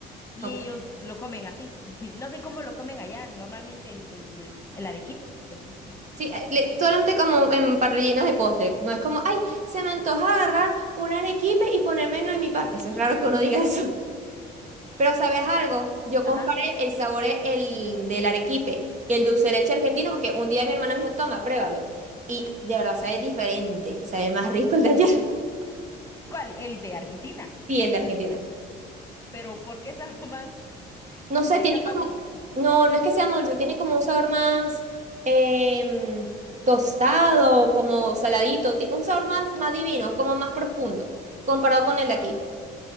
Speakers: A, on the left; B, on the right.
A: Y
B: Ok.
A: ellos lo comen así. <laughs> No sé cómo lo comen allá. Normalmente el, el, el, el arequipe o el dulce de leche.
B: Sí, eh, le- solamente como en parrillinas de postre. No es como, ay, se me antoja agarrar un arequipe y ponerme en mi pan. Eso es raro que uno diga eso. Pero ¿sabes algo? Yo comparé
A: Ajá.
B: el sabor e- el, del arequipe y el dulce de leche argentino porque un día mi hermana me dijo, toma, pruébalo. Y de verdad sabe diferente, sabe más rico el de allá <laughs>
A: ¿Cuál? El de Argentina.
B: y el de Argentina.
A: Pero ¿por qué sabrá <laughs> más?
B: No
A: Le
B: sé, tiene
A: echan
B: como,
A: más dulce.
B: no, no es que sea dulce, tiene como un sabor más em, tostado, como saladito, ti- un sabor más, más divino, como más profundo, comparado con el de aquí.